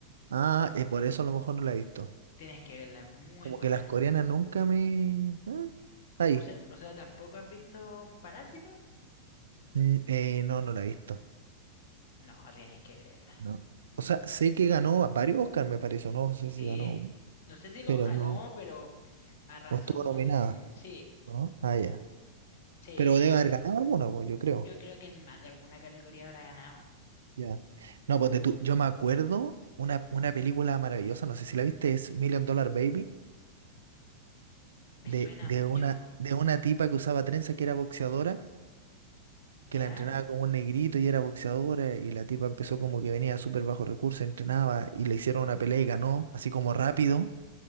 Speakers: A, on the right (about 70°); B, on the left (about 50°).
A: Ah, eh, por eso a lo mejor no la he visto.
B: Tienes que verla, es muy
A: Como
B: buena.
A: que las coreanas nunca me. ah, Ahí.
B: O sea, o sea, ¿tampoco has visto Parásitos?
A: Mm, eh, no, no la he visto.
B: No, tienes que verla.
A: No. O sea, sé que ganó a varios Oscar, me parece, o no sé
B: Sí,
A: si ganó,
B: no sé si los
A: pero
B: ganó,
A: no.
B: pero arrasó
A: O estuvo
B: con...
A: nominada,
B: Sí,
A: ¿no? Ah, ya.
B: sí,
A: Pero debe haber ganado alguno, pues, yo creo.
B: yo creo que en más de alguna categoría habrá ganado.
A: Ya. No, pues de tu- yo me acuerdo una, una película maravillosa, no sé si la viste, es Million Dollar Baby,
B: Me
A: de,
B: suena
A: de
B: mucho,
A: una, de una tipa que usaba trenza que era boxeadora,
B: ¿ya?
A: que la entrenaba como un negrito y era boxeadora, y la tipa empezó como que venía súper bajo recurso, entrenaba y le hicieron una pelea y ganó, así como rápido,